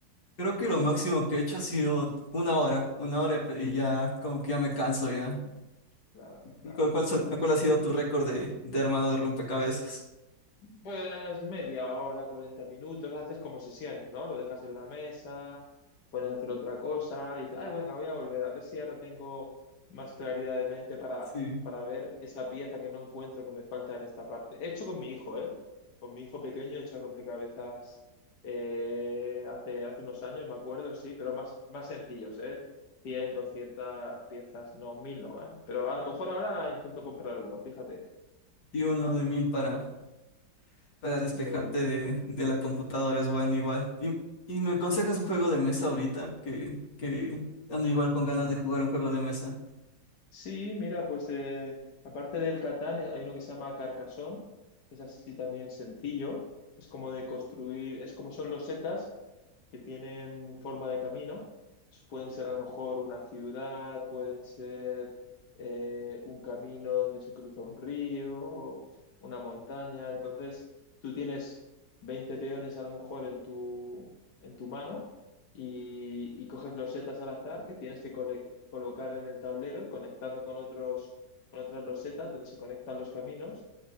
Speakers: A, on the left (about 75°); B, on the left (about 65°).
A: Creo que lo máximo que he hecho ha sido una hora, una hora y pe- y ya como que ya me canso ya.
B: Claro, claro,
A: ¿Y cuál, cuál, sa-
B: claro.
A: cuál ha sido tu récord de, de armado de rompecabezas?
B: Pues media hora, 40 minutos, haces como sesiones, ¿no? Lo dejas en la mesa, pones a hacer otra cosa y dices, ay, venga, voy a volver a ver si ahora tengo más claridad de mente para,
A: Sí.
B: para ver esa pieza que no encuentro que me falta en esta parte. He hecho con mi hijo, ¿eh? Con mi hijo pequeño he hecho rompecabezas eh, hace, hace unos años, me acuerdo, sí, pero más, más sencillos, ¿eh? cien doscientas piezas, no, 1000 no, ¿eh? Pero a lo mejor ahora intento comprar alguno, fíjate,
A: Y uno de mil para... para despejarte
B: uno de mil.
A: de, de la computadora, es bueno igual. Y, y me aconsejas un juego de mesa ahorita, que, que ando igual con ganas de jugar un juego de mesa.
B: Sí, mira, pues eh, aparte del Catán eh, hay uno que se llama Carcassonne, que es así también sencillo, es como de construir, es como son los setas que tienen forma de camino, pueden ser a lo mejor una ciudad, pueden ser eh, un camino donde se cruza un río, una montaña, entonces tú tienes 20 peones a lo mejor en tu, en tu mano y, y coges los setas al azar que tienes que colectar colocar en el tablero y conectando con otros, con otras losetas donde se conectan los caminos.